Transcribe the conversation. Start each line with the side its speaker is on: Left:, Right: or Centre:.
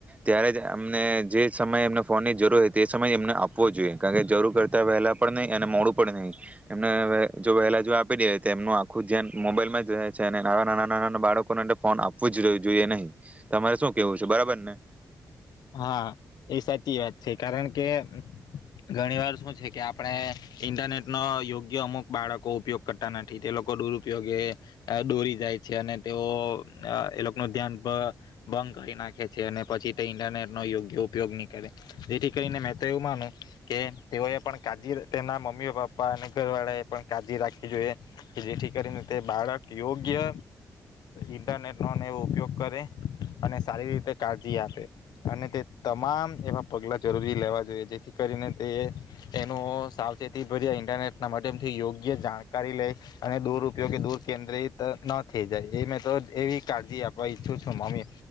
Right: ત્યારે જ અમને જે સમય એમને ફોનની જરૂર હોય તે સમય એમને આપવો જોઈએ કારણ કે જરૂર કરતા વહેલા પણ નહીિ અને મોડું પણ નહી એમને વહેલા જો આપી દે તો એમનું આખું જ્યાન મોબાઈલમાં જ રહે છે અને નાવા નાના નાના બાળકોને ફોન આપવું જ જો જોઈએ નહીં તમારે શું કેવું છે બરાબર ને
Left: હા એ સાચી વાત છે કારણ કે ઘણી વાર શું છે કે આપણે ઇન્ટરનેટ નો યોગ્ય અમુક બાળકો ઉપયોગ કરતા નથી તે લોકો દુરુપયોગે દોરી જાય છે અને તેઓ એ લોકો નુ ધ્યાન ભંગ કરી નાખે છે અને પછી તે ઇન્ટરનેટનો યોગ્ય ઉપયોગ નહીં કરે જેથી કરીને મેં તો એવું માનું કે તેઓએ પણ કાળજી તેમના મમ્મી પપ્પા અને ઘરવાળાએ પણ કાળજી રાખવી જોઈએ કે જેથી કરીને તે બાળક યોગ્ય ઇન્ટરનેટનોને એવો ઉપયોગ કરે અને સારી રીતે કાળજી આપે અને તે તમામ એવા પગલા જરૂરી લેવા જોઈએ જેથી કરીને તે તેનું સાવચેતી ભ્યા ઇન્ટરનેટ ના માધ્યમથી યોગ્ય જાણકારી લઈ અને દુરપયોગ દૂર કેન્દ્રિત ન થઈ જાય એ મેં તો એવી કાળજી આપવા ઈચ્છું છું મમ્મી